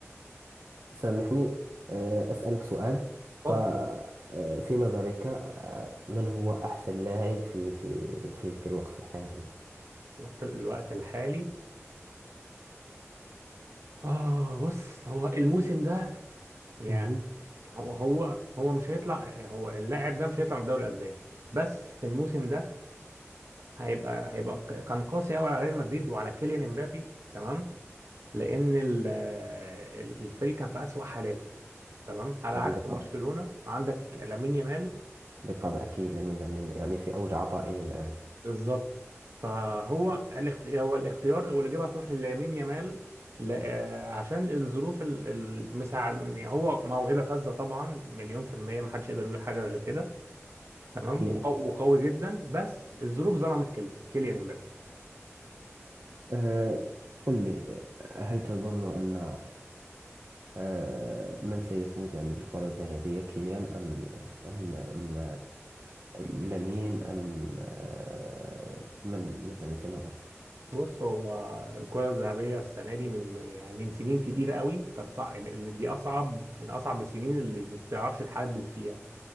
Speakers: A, on the right; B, on the right.
A: سامحني آه، أسألك سؤال
B: اتفضل
A: ف آه، في نظرك آه، من هو أحسن لاعب في في في في الوقت الحالي؟
B: وقت- الوقت الحالي اه بص هو الموسم ده يعني
A: نعم
B: هو هو هو مش هيطلع هو اللاعب ده مش هيطلع من الدوري الاسباني بس في الموسم ده هيبقى هيبقى ك- كان قاسي قوي على ريال مدريد وعلى كيليان امبابي تمام لان ال- الفريق كان في اسوأ حالاته تمام على
A: نعم
B: عكس
A: بالطبع
B: تمام. برشلونة عندك لامين يامال
A: بالطبع أكيد لمن لمن يعني في أوج عطائه الآن
B: بالظبط فهو الاخت... هو الاختيار والاجابه هتروح للامين يامال ل... آه، عشان الظروف ال- المساعد يعني هو موهبه فذه طبعا مليون في الميه ما حدش يقدر يقول حاجه غير كده تمام
A: أكيد
B: وق- وقوي جدا بس الظروف ظلمت كيليان كيليان امبابي
A: أه قل لي آه، هل تظن أن أه من سيفوز يعني بالكرة الذهبية كيليان أم أم أم لامين أم أه من مثلا في نظرك
B: بص هو الكرة الذهبية السنة دي من من- يعني من سنين كتير قوي كانت صعب اللي دي أصعب من أصعب السنين اللي ما بتعرفش تحدد فيها